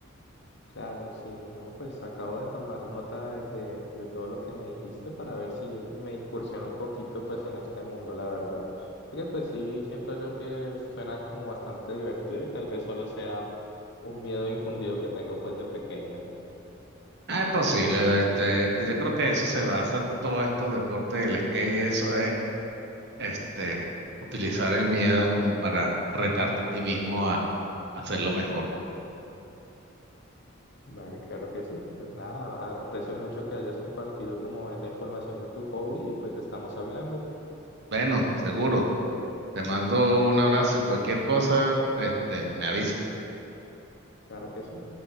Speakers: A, on the left; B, on the right.
A: Claro, sí, no, pues acabo de tomar nota de, de, de todo lo que me dijiste para ver si me incursiona un poquito pues en este mundo, la verdad. Porque pues sí, siento yo que suena como bastante divertido y tal vez solo sea un miedo infundido que tengo pues de pequeño.
B: Ah, es posible, este, yo creo que eso se basa todo esto deporte del skate y eso es este, utilizar el miedo como para retarte a ti mismo a, a hacerlo mejor.
A: Vale, claro que sí. Pues nada, a- aprecio mucho que hayas compartido como esa información de tu hobby y pues estamos hablando.
B: Bueno, seguro. Te mando un abrazo y cualquier cosa, este, me avisas.
A: Claro que sí.